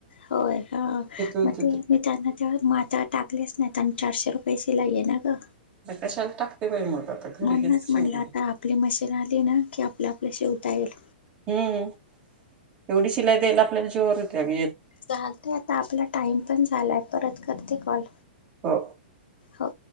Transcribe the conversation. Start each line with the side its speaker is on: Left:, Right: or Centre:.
Left: होय हा.
Right: तिथून
Left: म
Right: तिथून
Left: ते मी त्यांना ते मा आता टाकलेच नाही त्यांना चारशे रुपये शिलाई ना ग.
Right: आता कशाला टाकते बाई मग आता घरी
Left: म्हणूनच
Right: घेत शिवून
Left: म्हटलं आता
Right: घे.
Left: आपली मशीन आली ना की आपलं आपलं शिवता येईल.
Right: हम्म एवढी शिलाई द्यायला आपल्याला जीवावर येतय आग
Left: चालते आता आपला टाइम पण झालाय परत करते कॉल.
Right: हो.
Left: हो